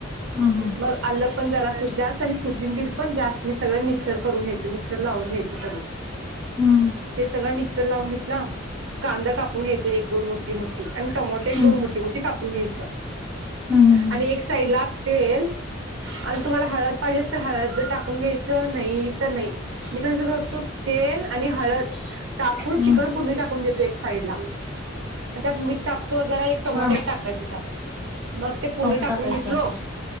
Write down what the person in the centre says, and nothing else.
हम्म
हम्
हम्म
हम्म
हम्म
हा.
टोमॅटो टाकायचं